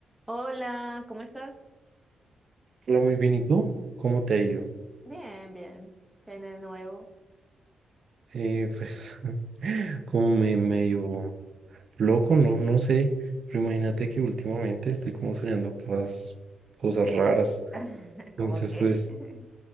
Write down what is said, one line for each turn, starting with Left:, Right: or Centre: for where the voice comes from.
Centre: Hola, ¿cómo estás?
Right: Hola, muy bien. ¿Y tú? ¿Cómo te ha ido?
Centre: Bien, bien. ¿Qué hay de nuevo?
Right: Eh, pues, <laughs> como me medio loco, no, no sé. Pero imagínate que últimamente estoy como soñando todas cosas raras.
Centre: <laughs>
Right: Entonces,
Centre: ¿Cómo qué?
Right: pues,
Centre: <laughs>